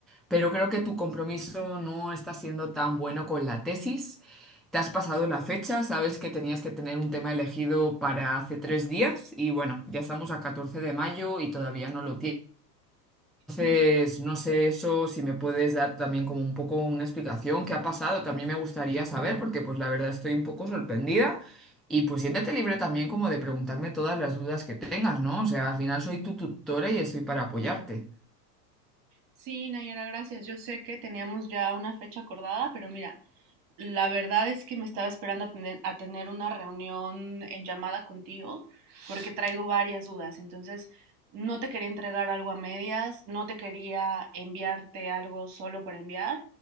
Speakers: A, in the centre; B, on the right.
A: pero creo que tu compromiso no está siendo tan bueno con la tesis. Te has pasado la fecha, sabes que tenías que tener un tema elegido para hace tres días y, bueno, ya estamos a 14 de mayo y todavía no lo tienes. Pues
B: Ujú.
A: no sé eso, si me puedes dar también como un poco una explicación, qué ha pasado, también me gustaría saber, porque pues la verdad estoy un poco sorprendida y pues siéntate libre también como de preguntarme todas las dudas que tengas, ¿no? O sea, al final soy tu tutora y estoy para apoyarte.
B: Sí, Nayara, gracias. Yo sé que teníamos ya una fecha acordada, pero mira, la verdad es que me estaba esperando a tener, a tener una reunión en llamada contigo porque traigo varias dudas. Entonces, no te quería entregar algo a medias, no te quería enviarte algo solo por enviar.